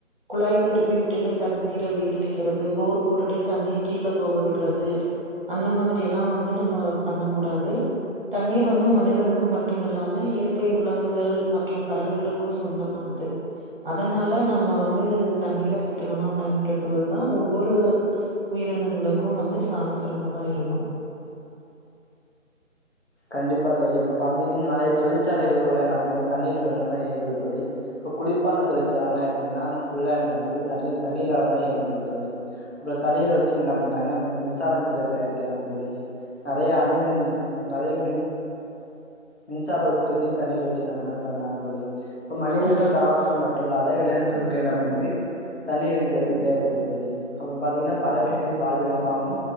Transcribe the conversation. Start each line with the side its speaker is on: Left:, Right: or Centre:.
Right: குழாய திருப்பி விட்டுட்டு தண்ணீரை வீணடிக்கிறது போர் போட்டுட்டு தண்ணீர் கீழ போக விடுறது அந்த மாதிரி எல்லாம் வந்து நம்ம பண்ண கூடாது தண்ணீர் வந்து மனிதனுக்கு மட்டுமில்லாம இயற்கை விலங்குகள் மற்றும் பறவைகளுக்கு சொந்தமானது அதனால நம்ம வந்து தண்ணீரை சிக்கனமா பயன்படுத்துவது தான் ஒவ்வொரு உயிரினங்களுக்கும் வந்து சாலசி றந்ததா இருக்கும்
Left: கண்டிப்பா தோழி இப்ப பாத்தீங்கன்னா நறைய தொழிற்சாலைகள்ல கூட என்ன பண்ணுது தண்ணீர் <unintelligible> இயங்குது தோழி இப்ப குளிர்பான தொழிற்சால எடுத்தீங்கன்னா ஃபுல்லா என்ன பண்ணுது தள்ளி தண்ணீரால தான் இயங்குது தோழி அப்புறம் தண்ணீரை வச்சு என்ன பண்டாங்க மின்சாரம் தயாரிக்க இருக்கிறாங்க தோழி நெறைய அனுமன் நெறய மின் மின்சார உற்பத்தி தண்ணீர வச்சு என்ன பண்ணாங்க பண்ணாங்க தோழி இப்ப மனிதர்கள்
Right: கண்டிப்பாப்பா.
Left: தாவரங்கள் மட்டு இல்ல நெறய விலங்குகளுக்கு என்ன பண்ணுது தண்ணீருங்கறது தேவப்படுது தோழி அப்பறோ பாத்தீங்கனா பறவைகளின் வாழ்விடமாஹவு